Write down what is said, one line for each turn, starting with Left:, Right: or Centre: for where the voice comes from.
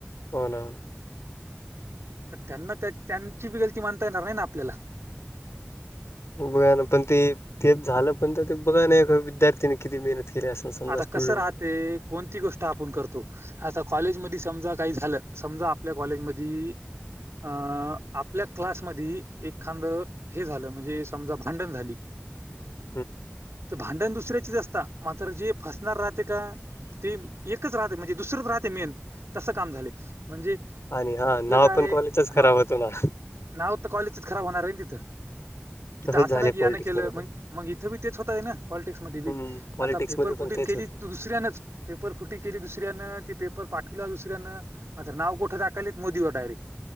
Left: हो ना
Right: त्यांना त्यांची बी गलती मानता येणार नाही ना आपल्याला.
Left: बघा ना पण ते तेच झालं पण तर ते बघा ना विद्यार्थीने किती मेहनत. केली असेल समजा
Right: आता
Left: स्टुडन्ट
Right: कसं राहते
Left: नी.
Right: कोणती गोष्ट आपण करतो? आता कॉलेज मध समजा काही झालं समजा आपल्या कॉलेज मधी. अ आपल्या क्लास मदी एखांद. हे झालं म्हणजे समजा भांडण झाली.
Left: ह
Right: तर भांडण दुसऱ्याचीच असतात मात्र जे फसणार राहते का? ते एकच राहते म्हणजे दुसरंच राहते मेन तसं काम झाले म्हणजे.
Left: आणि हा
Right: आपलं
Left: नाव
Right: काय
Left: पण कॉलेजच
Right: हा
Left: खराब होतो ना
Right: नाव तर कॉलेजच खराब होणार आहे ना तिथं. तिथं
Left: तसंच
Right: असं
Left: झाले
Right: नाही की
Left: पॉलिटिक्स
Right: यान केलं
Left: मध्ये
Right: म
Left: पण
Right: मग इथे बी तेच होत आहे ना पॉलिटिक्स मध्ये बी
Left: हम्म पॉलिटिक्स
Right: आता. पेपर
Left: मध्ये पण
Right: फुटी
Left: तेच
Right: केली
Left: होते
Right: दुसऱ्यानच पेपर फुटी केली दुसऱ्यानं ती पेपर पाठवला दुसऱ्यानं. मग नाव कुट टाकलीत मोदीवर डायरेक्ट.